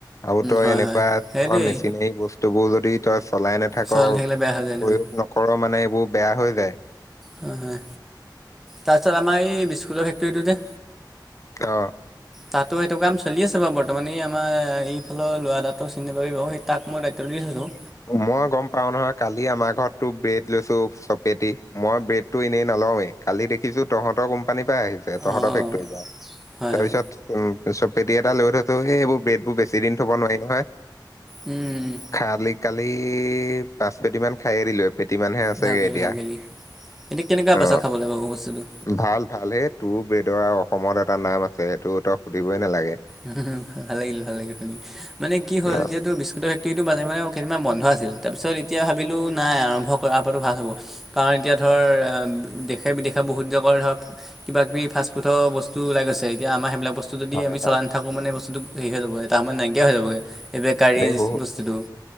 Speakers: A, on the left; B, in the centre.
A: আৰু তই
B: হয়
A: এনেকুৱা
B: হয়
A: ধৰ
B: সেইটোৱেই
A: মেচিনেৰি বস্তু বোৰ যদি তই চলাই ন থাক
B: চলাই
A: প্ৰয়োগ
B: নাথাকিলে বেয়া হৈ যায় নহয়
A: নকৰ মানে এইবোৰ বেয়া হৈ যায়।
B: হয় হয়, তাৰপিছত আমাৰ এই বিস্কুটৰ ফেক্টৰীটো যে,?
A: অ
B: তাতো সেইটো কাম চলি আছে বাৰু বৰ্তমানে আমাৰ এইফালৰ ল'ৰা এটাটো চিনি পাবি বাৰু সেই তাক মই দায়িত্বটো দি থৈছোঁ।
A: মই গম পাও নহয় কালি আমাৰ ঘৰতো ব্ৰেড লৈছো চপেট মই ব্ৰেড টো এনেই নলওঁৱেই। কালি দেখিছো তহঁতৰ কোম্পানীৰ পৰা আহিছে তহঁতৰ
B: অঁ
A: ফেক্টৰীৰ পৰা
B: হয়
A: তাৰপিছত
B: হয়
A: উমি চব পেটি এটা লৈ থৈছোঁ এইবোৰ ব্ৰেড বোৰ বেছি দিন থব নোৱাৰি নহয়।
B: উম।
A: খালি কালি পাঁচ পেটি মান খাই এ দিলো। এপেটি মানহে আছেগে
B: ভাল কৰিলি
A: এতিয়া
B: ভাল কৰিলি এনে কেনেকুৱা
A: অ
B: পাইছ খাবলৈ পাব বস্তুটো?
A: ভাল ভাল হেই তোৰ বেদৰ অসমত এটা নাম আছে সেইটো তই সুধিবই নালাগে।
B: উম, ভাল লাগিল ভাল লাগিল শুনি। মানে কি হ'ল
A: ন
B: যহেতটো বিসকটৰ ফেকটৰীটো বে মাহে মাহে বন্ধ আছিল। তাৰপিছত এতিয়া ভাবিলোঁ নাই আৰম্ভ কৰ পৰাতটো ভাল হ'ব। কাৰণ এতিয়া ধৰ দেশে বিদেশে বহুত জগৰ ধৰক কিব - কিবি ফাষ্টফুডৰস্তু ওলাই গছে এতিয়া আমাৰ সেইবিলাক। বস্তু যদি
A: হয়
B: আমি
A: হয়
B: চলাই নাথাকো মানে বস্তুটো হেৰি হৈ যাব এটা সময়ত নাইকিয় হৈ বেকাৰী
A: দেই বহুত
B: বস্তুটো।